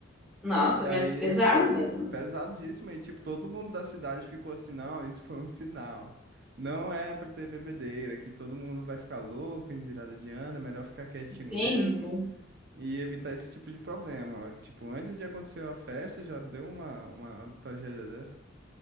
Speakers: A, in the centre; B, on the right (about 55°).
A: Nossa,
B: E
A: mas
B: aí,
A: pesado
B: tipo, a-
A: mesmo.
B: pesadíssimo. E, tipo, todo mundo da cidade ficou assim: não, isso foi um sinal. Não é pra ter bebedeira, que todo mundo vai ficar louco em virada de ano, é melhor ficar quietinho
A: Sim,
B: mesmo
A: sim.
B: e evitar esse tipo de problema. Tipo, antes de acontecer a festa, já deu uma, uma tragédia dessa.